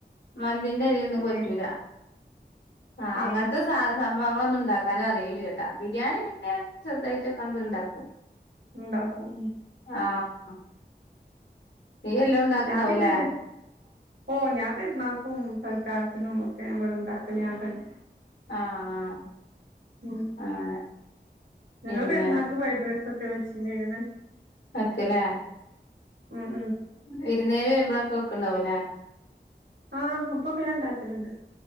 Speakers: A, on the left; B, on the right.
A: മന്തിന്റെ അരിയൊന്നും
B: ഏ
A: പറ്റൂര ആ
B: ഏ
A: അങ്ങനത്തെ ശാസം വിഭവങ്ങൾ ഒന്നും ഇണ്ടാക്കാനും അറിയില്ലട്ടാ ബിരിയാണി പിന്നെ ചെറുതായിട്ടൊക്കെ അങ്ങ്ട്ട് ഇണ്ടാക്കും
B: ഇണ്ടാകും ഉം
A: ആഹ് നീ എല്ലാം ഉണ്ടാക്ക്ണ്ടാവുംല്ലേ
B: ഞാൻ പിന്നെ അ ഓ ഞാൻ പെരുന്നാക്കും സൽക്കാരത്തിനും ഒക്കെ ഞാന് ഇവിടെ ഇണ്ടാക്കല് ഞാൻ തന്നെ
A: ആഹ് ആഹ്
B: ഉം
A: അങ്ങനെ
B: ഞങ്ങള്
A: പിന്നെ
B: പെരുന്നാക്ക് ഫ്രൈഡ് റൈസ് ഒക്കെ വെച്ചിനെ അങ്ങനെ
A: വക്കല്ലേ
B: ഉം ഉം
A: വിരുന്നെരു വരുമ്പോഴൊക്കെ വെക്കുണ്ടാവുല്ല
B: ആഹ് അപ്പൊക്കാ ഞാൻ ഉണ്ടാക്കലുണ്ട്